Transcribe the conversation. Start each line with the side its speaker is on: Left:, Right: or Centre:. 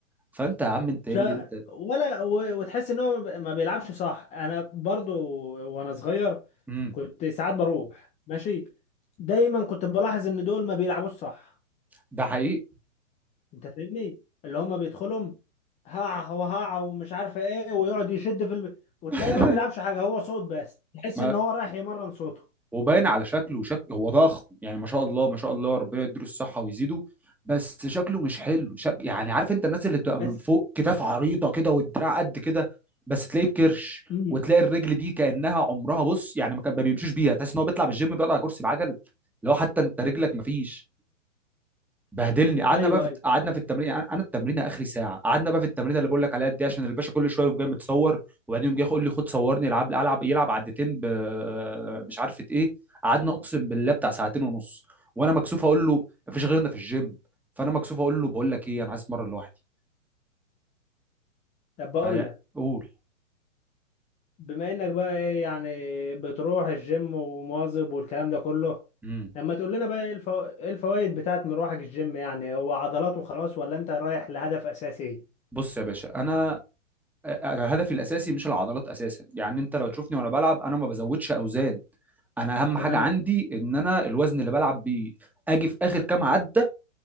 Centre: فانت يا عم انت
Left: شا...
Centre: ايه اللي انت
Left: ولا و... وتحس ان هو ما ب- ما بيلعبش صح انا برضو وانا صغير
Centre: امم
Left: كنت ساعات بروح ماشي دايما كنت بلاحظ ان دول ما بيلعبوش صح
Centre: ده حقيقي
Left: انت فاهمني اللي هم بيدخلهم هقع وهقع ومش عارف ايه ويقعد يشد في الب... وتلاقيه
Centre: <laughs>
Left: ما بيلعبش حاجه هو صوت بس تحس
Centre: ما
Left: ان هو رايح يمرن صوته
Centre: وباين على شكله شكله هو ضخم يعني ما شاء الله ما شاء الله ربنا يديله الصحة ويزيده بس شكله مش حلو شك... يعني عارف انت الناس اللي بتبقى
Left: بس
Centre: من فوق كتاف عريضة كده والدراع قد كده بس تلاقيه بكرش
Left: امم
Centre: وتلاقي الرجل دي كأنها عمرها بص يعني ما كان ما بيمشوش بيها تحس ان هو بيطلع بالجيم بيقعد على كرسي بعجل لو حتى انت رجلك ما فيش بهدلني قعدنا
Left: ايوه
Centre: بقى في
Left: ايوه
Centre: الت- قعدنا في التمرين يعني انا التمرين اخري ساعه قعدنا بقى في التمرين اللي بقول لك عليها دي عشان الباشا كل شويه يقوم جاي متصور وبعدين يقوم جاي يقول لي خد صورني العب العب يلعب عدتين ب مش عارفه ايه قعدنا اقسم بالله بتاع ساعتين ونص وانا مكسوف اقول له مفيش غيرنا في الجيم فانا مكسوف اقول له بقول لك ايه انا عايز اتمرن لوحدي
Left: طب بقول
Centre: فقول
Left: لك بما انك بقى ايه يعني بتروح الجيم ومواظب والكلام ده كله
Centre: امم
Left: لما تقول لنا بقى ايه الفو... ايه الفوائد بتاعت مروحك الجيم يعني هو عضلات وخلاص ولا انت رايح لهدف اساسي
Centre: بص يا باشا انا آه، آه، انا هدفي الاساسي مش العضلات اساسا يعني انت لو تشوفني وانا بلعب انا ما بزودش اوزان انا اهم
Left: تمام
Centre: حاجه عندي ان انا الوزن اللي بلعب بيه اجي في اخر كام عده